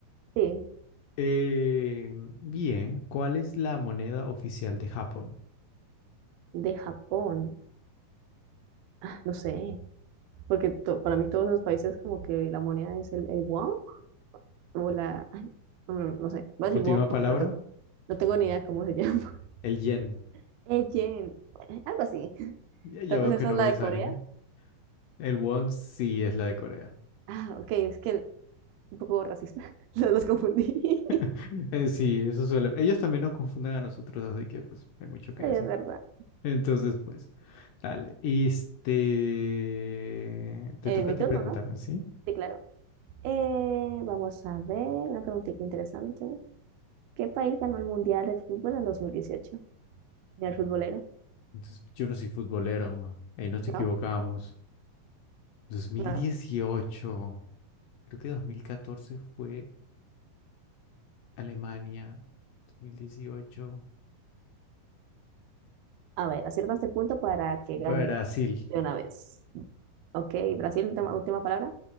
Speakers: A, on the right (about 90°); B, on the left (about 75°).
A: Sí,
B: Eh, bien, ¿cuál es la moneda oficial de Japón?
A: de Japón. Ah, No sé, porque to- para mí todos los países como que la moneda es el, el won o la, ay, no, no sé, voy a decir
B: Última
A: WoW porque
B: palabra,
A: no tengo, no tengo ni idea cómo se llama.
B: el yen.
A: <laughs> Ejen, algo así.
B: Ya, ya
A: Tal vez
B: veo
A: esa
B: que no
A: es la
B: ves
A: de Corea.
B: anime. El won sí es la de Corea.
A: Ah, ok, es que un poco racista, <laughs> los, los confundí.
B: <laughs>
A: <laughs>
B: Eh, sí, eso suele. Ellos también nos confunden a nosotros, así que pues hay mucho que
A: Es
B: decir.
A: verdad.
B: Entonces, pues, dale. Este, te
A: Eh,
B: toca
A: mi
B: a ti
A: turno,
B: preguntarme,
A: ¿no?
B: ¿sí?
A: Sí, claro. Eh, vamos a ver, una preguntita interesante. ¿Qué país ganó el Mundial de Fútbol en 2018 el futbolero,
B: Entonces, yo no soy futbolero, ahí nos equivocamos.
A: ¿no?
B: Dos mil
A: No.
B: dieciocho. creo que 2014 fue Alemania, 2018
A: A ver, acierta este punto para que
B: Brasil.
A: ganes de una vez. Ok, Brasil, última, última palabra.